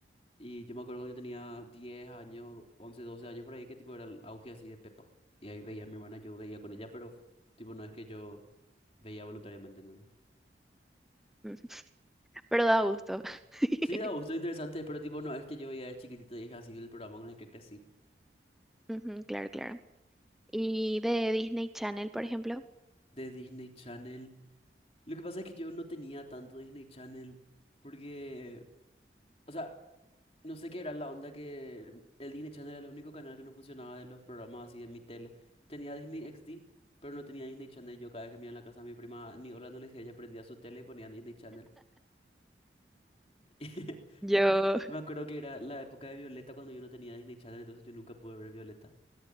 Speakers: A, on the left (about 35°); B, in the centre.
A: Y yo me acuerdo cuando yo tenía 10 años, 11 12 años por ahí, que tipo era el auge así de Pepa. Y ahí veía a mi hermana, yo veía con ella, pero tipo no es que yo veía voluntariamente, ¿no?
B: <laughs> Ujú, pero da gusto. <laughs>
A: Sí, da gusto, interesante, pero tipo no es que yo veía de chiquitito y es así el programa con el que crecí.
B: Ujú, claro, claro. Y de Disney Channel, por ejemplo.
A: de Disney Channel. Lo que pasa es que yo no tenía tanto Disney Channel porque, o sea, no sé qué era la onda que el Disney Channel era el único canal que no funcionaba de los programas así de mi tele. Tenía Disney XD, pero no tenía Disney Channel. Yo cada vez que me iba en la casa de mi prima, ni hola no le decía, ella prendía su tele y ponía Disney Channel. <laughs>
B: Yo,
A: Me acuerdo que era la época de Violeta cuando yo no tenía Disney Channel, entonces yo nunca pude ver Violeta.